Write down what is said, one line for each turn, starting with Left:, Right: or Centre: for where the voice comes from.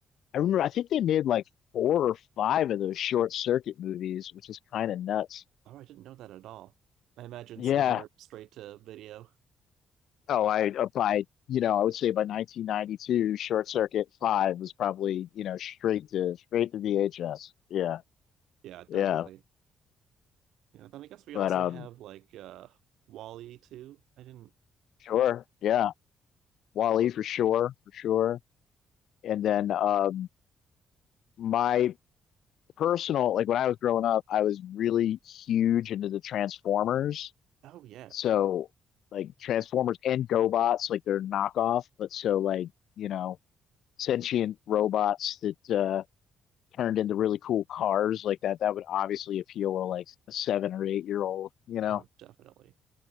Left: I remember I think they made like four or five of those short circuit movies, which is kind of nuts.
Right: Oh, I didn't know that at all. I imagine
Left: Yeah.
Right: somewhere straight to video.
Left: Oh, I uh, by you know I would say by 1992, Short Circuit Five was probably you know straight to straight to VHS. Yeah,
Right: Yeah,
Left: yeah.
Right: definitely. Yeah, then I guess we
Left: But
Right: also
Left: um,
Right: have like uh Wall-E too. I didn't
Left: sure,
Right: I was
Left: yeah. Wally
Right: yeah.
Left: for sure, for sure. And then um my personal like when I was growing up, I was really huge into the Transformers.
Right: Oh yeah.
Left: So like Transformers and GoBots, like they're knockoff, but so like, you know, sentient robots that uh turned into really cool cars like that, that would obviously appeal to like a seven or eight year old, you know?
Right: Oh, definitely.